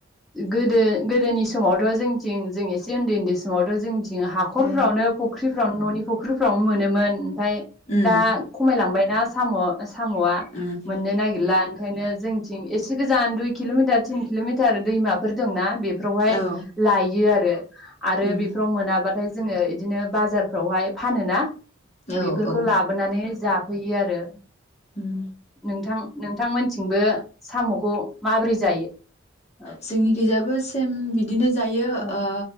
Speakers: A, in the centre; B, on the left (about 35°).
A: गोदो गोदोनि समावथ' जोंथिं जों एसे उन्दै उन्दै समावथ' जों थिं हाख'रफ्रावनो
B: ए
A: फख्रि फ्रावनो न'नि फुख्रिफ्रावनो मोनोमोन ओमफाय
B: उम
A: दा खमायलांबायना। साम' साम'आ
B: उम
A: मोननो नागिरला ओंखायनो जोंथिं एस से गोजान दुइ किल'मिटार तिन किल'मिटार दैमाफोर दंना बे फ्रावहाय
B: औ
A: लायो आरो। आरो
B: उम
A: बेफोराव मोनाबाथाय जोङो इदिनो बाज जारफ्रावहाय फानोना
B: औ
A: बेफोरखौ
B: औ
A: लाबोनानै जा फैयो आरो।
B: उम
A: नोंथां नोंथांमोनथिंबो साम'खौ माबोरै जायो? औ
B: जोंनि खिजाबो सेम बिदिनो जायो
A: औ
B: ओ